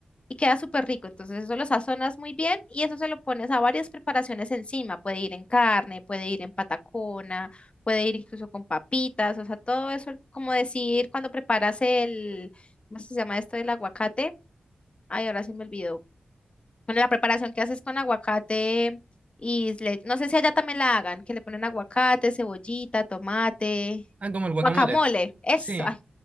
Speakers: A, on the left (about 35°); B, on the right (about 40°).
A: y queda súper rico. Entonces eso lo sazonas muy bien y eso se lo pones a varias preparaciones encima. Puede ir en carne, puede ir en patacona, puede ir incluso con papitas, o sea, todo eso, como decir, cuando preparas el, ¿cómo se llama esto del aguacate? Ay, ahora se me olvidó. Bueno, la preparación que haces con aguacate y le- no sé si allá también la hagan, que le ponen aguacate, cebollita, tomate,
B: Ah, como el guacamole.
A: guacamole, eso,
B: Sí.
A: ay,